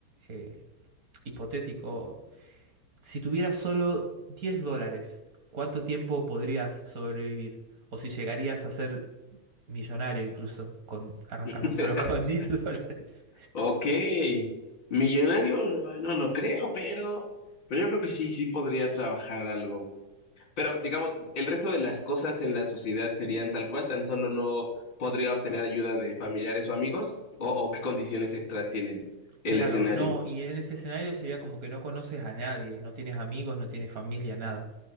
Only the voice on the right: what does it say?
eh, hipotético, si tuvieras solo 10 dólares, ¿cuánto tiempo podrías sobrevivir? O si llegarías a hacer millonario incluso, con, arrancando
solo con <laughs> 10 dólares.
Claro,
no, y en ese escenario sería como que no conoces a nadie, no tienes amigos, no tienes familia, nada.